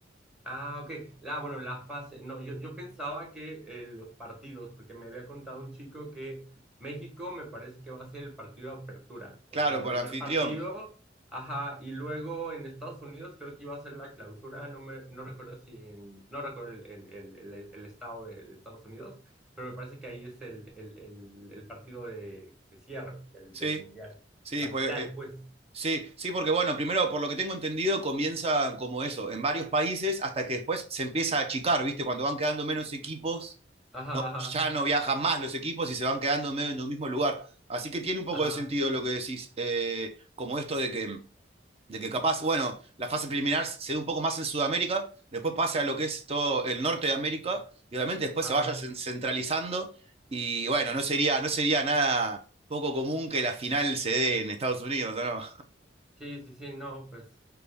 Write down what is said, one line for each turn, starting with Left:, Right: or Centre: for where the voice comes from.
Centre: Ah, ok. Ah, bueno, la fase. No, yo, yo pensaba que eh, los partidos, porque me había contado un chico que México me parece que va a ser el partido de apertura, o
Right: Claro,
Centre: sea, el
Right: por
Centre: primer
Right: anfitrión.
Centre: partido, ajá, y luego en Estados Unidos creo que iba a ser la clausura, no me, no recuerdo si en, no recuerdo el, el, el, el- el estado de, de Estados Unidos, pero me parece que ahí es el, el, el, el partido de, de cierre del,
Right: Sí,
Centre: del mundial,
Right: sí,
Centre: la
Right: pues,
Centre: final,
Right: eh,
Centre: pues.
Right: sí, sí, porque bueno, primero, por lo que tengo entendido, comienzan como eso, en varios países, hasta que después se empieza a achicar, ¿viste? Cuando van quedando menos equipos
Centre: Ajá,
Right: no,
Centre: ajá,
Right: ya no viajan más los equipos y se van quedando medio en un mismo lugar. Así que tiene un poco
Centre: ajá,
Right: de sentido lo que decís, eh, como esto de que, de que capaz, bueno, la fase preliminar se dé un poco más en Sudamérica, después pase a lo que es todo el norte de América y obviamente después
Centre: ajá.
Right: se vaya centralizando y bueno, no sería, no sería nada poco común que la final se dé en Estados Unidos, ¿no?
Centre: Sí, sí, sí, no, pues.